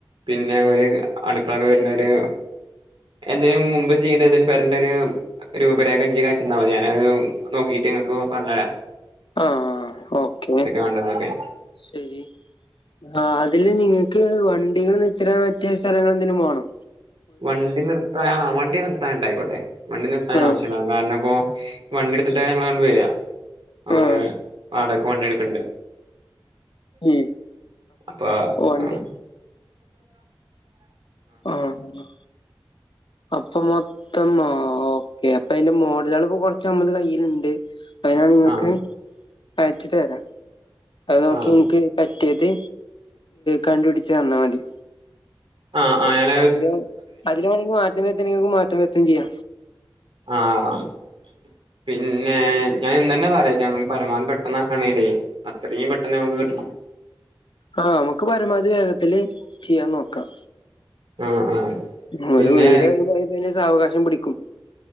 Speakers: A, on the right; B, on the left.
A: പിന്നെ ഒരു അടുക്കളക്കെ വരുന്ന ഒരു എന്തേനും മുമ്പ് ചെയ്തതിൽ പെരന്റര് രൂപരേഖ എന്റെക്കി അയച്ചെന്ന മതി ഞാനത് നോക്കിട്ട്ങ്ങക്ക് പറഞ്ഞരെ
B: ആഹ് ആഹ് ഓക്കെ
A: വേണ്ടതെന്നൊക്കെ
B: ശെരി ആ അതില് നിങ്ങക്ക് വണ്ടികൾ നിർത്തിടാൻ പറ്റിയ സ്ഥലങ്ങള് എന്തേലും വാണോ
A: വണ്ടി നിർത്താൻ ആഹ് വണ്ടി നിർത്താന്ണ്ടായിക്കോട്ടെ വണ്ടി നിർത്താൻ
B: ആഹ്
A: ആവശ്യംണ്ടാവും കാരണപ്പോ വണ്ടി എടുത്തിട്ട് ഞങ്ങള അങ്ങണ്ട് വര ഞങ്ങള്
B: ആഹ്
A: വാടക്ക് വണ്ടി എട്ക്ക്ണ്ട്
B: ഉം
A: അപ്പൊ
B: വണ്ടി
A: അഹ്
B: ഓന്ന് അപ്പൊ മൊത്തം ഓക്കേ അപ്പൊ അയിന്റെ മോഡല്കള്പ്പം കൊറച്ച് ഞമ്മള്ത് കയ്യില്ണ്ട് അത് ഞാൻ ഇങ്ങക്ക്
A: ആഹ്
B: അയച്ച് തരാ അത് നോക്കി
A: ആഹ്
B: ഇന്ക്ക് പറ്റിത് കണ്ടുപിടിച്ച് തന്നാ മതി
A: ആഹ് ആഹ് ഞാന്
B: അതിൽ അതില് വേണങ്കി മാറ്റം വെര്ത്തണെങ്കി ഇങ്ങക്കെ മാറ്റം വര്ത്തും ചെയ്യ
A: ആഹ് പിന്നെ ഞാൻ ഇന്ന്നെ പറയാ പരമാവതി പെട്ടെന്ന് ആക്കണേലേ അത്രയും പെട്ടെന്ന് ഞമ്മക്ക് കിട്ടണം
B: ആഹ് അമ്മക്ക് പരമാവധി വേഗത്തില് ചിയ്യാൻ നോക്ക
A: ആഹ് ആഹ്
B: ഒര്
A: പിന്നെ
B: വീട്റയുമ്പോ അഹ്പ്പയിന് സാവകാശം പിടിക്കും